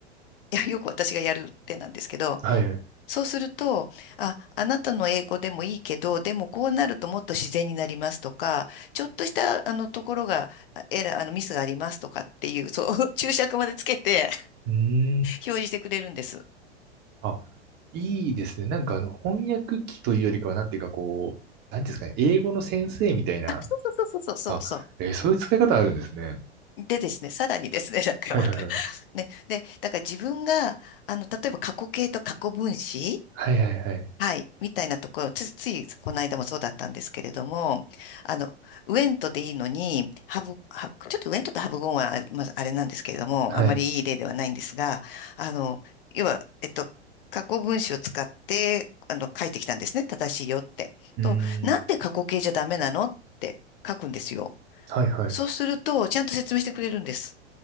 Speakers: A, on the left; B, on the right.
A: いや、よく私がやるってなんですけど、
B: はい。う
A: そうすると、あ、あなたの英語でもいいけど、でもこうなるともっと自然になりますとか、ちょっとしたあのところが、あエラー、あのミスがありますとかっていう、<laughs> そう、<laughs> 注釈までつけて
B: ーん。
A: 表示してくれるんです。
B: あ、いいですね。なんかあの、翻訳機というよりかは、なんていうかこう、なんていうんですかね、英語の先生みたいな。
A: あ、そうそうそうそうそうそう。
B: あ、えーそういう使い方あるんですね。
A: でですね、さらにですね、なんかまた
B: はいはいはい。
A: <laughs> ね、で、だから自分が、あの、例えば過去形と過去分詞
B: はいはいはい。
A: はい、みたいなところ、つ、ついこの間もそうだったんですけれども、あの、ウエントでいいのに、ハブ、ハブちょっとウエントとハブゴンはあまあ、あれなんですけれども、
B: はい。
A: あまりいい例ではないんですが、あの、要は、えっと、過去分詞を使って、あの、書いてきたんですね。正しいよって。
B: うーん。
A: と、なんで過去形じゃダメなのって書くんですよ。
B: はいはい。
A: そうすると、ちゃんと説明してくれるんです。